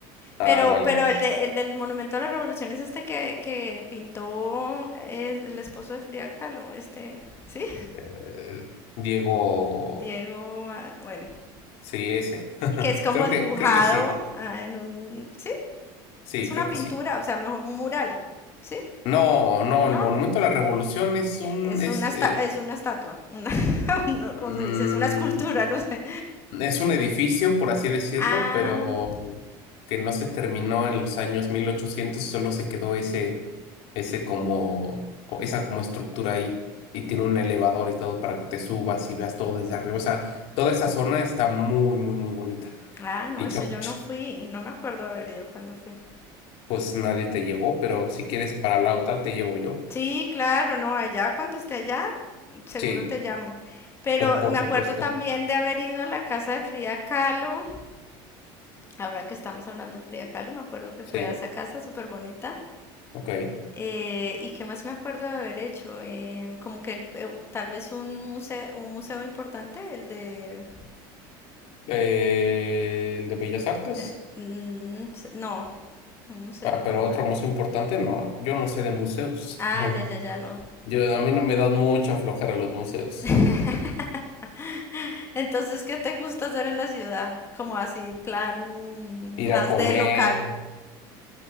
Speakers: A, on the left; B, on the left.
A: Ah,
B: Pero,
A: vale,
B: pero
A: vale.
B: el de, el del Monumento a la Revolución es este que, que pintó eh, el esposo de Frida Kahlo, este, ¿sí?
A: Eh, Diego,
B: Diego, ah, bueno,
A: sí, ese. <laughs>
B: que es como
A: Creo que,
B: dibujado
A: creo que sí,
B: ah, en un, sí,
A: sí,
B: es
A: creo
B: una pintura,
A: que sí.
B: o sea, mejor un mural, ¿sí?
A: No, no,
B: No,
A: el Monumento a la Revolución es un,
B: es
A: es,
B: una
A: eh,
B: esta- es una estatua, una, <laughs> no, ¿cómo
A: mm,
B: se dice? Es una escultura, no sé.
A: es un edificio, por así decirlo,
B: Ah,
A: pero que no se terminó en los años 1800 y solo se quedó ese, ese como, co- esa como estructura ahí. Y tiene un elevador y todo para que te subas y veas todo desde arriba. O sea, toda esa zona está muy, muy, muy bonita.
B: ah, no,
A: Y
B: eso
A: chap-
B: yo
A: ch-
B: no fui, no me acuerdo haber ido cuando fui.
A: pues nadie te llevó, pero si quieres para la otra te llevo yo.
B: Sí, claro, no, allá cuando esté allá, seguro
A: Sí,
B: te llamo. Pero
A: pues por
B: me acuerdo
A: supuesto.
B: también de haber ido a la casa de Frida Kahlo. Ahora que estamos hablando de Frida Kahlo, me acuerdo que
A: Sí,
B: fue a esa casa súper bonita.
A: ok.
B: Eh, ¿y qué más me acuerdo de haber hecho? Eh, como que el- eh, tal vez un museo, un museo importante, el de...
A: Eh, el de Bellas Artes.
B: eh, mm, s- no, un museo
A: Ah,
B: como
A: pero otro
B: de...
A: museo importante, no, yo no sé de museos.
B: Ah,
A: <laughs>
B: ya, ya, ya, no.
A: Yo, a mí no me dan mucha flojera los museos.
B: <laughs> Entonces, ¿qué te gusta hacer en la ciudad? Como así, plan
A: Ir
B: más
A: a comer,
B: de local.